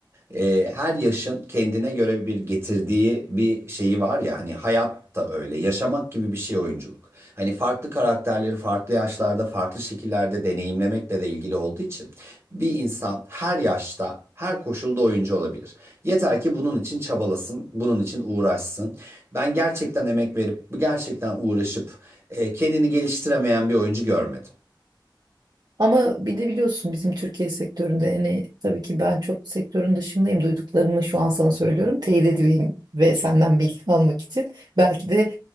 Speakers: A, on the right (about 30°); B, on the right (about 55°).
A: e, her yaşın kendine göre bir getirdiği bir şeyi var ya hani hayat da öyle yaşamak gibi bir şey oyunculuk. Hani farklı karakterleri farklı yaşlarda farklı şekillerde deneyimlemekle de ilgili olduğu için bir insan her yaşta her koşulda oyuncu olabilir. Yeter ki bunun için çabalasın, bunun için uğraşsın. Ben gerçekten emek verip, gerçekten uğraşıp e, kendini geliştiremeyen bir oyuncu görmedim.
B: Ama bir de biliyorsun bizim Türkiye sektöründe hani tabii ki ben çok sektörün dışındayım. Duyduklarımı şu an sana söylüyorum. Teyit edeyim ve senden bilgi almak için. Belki de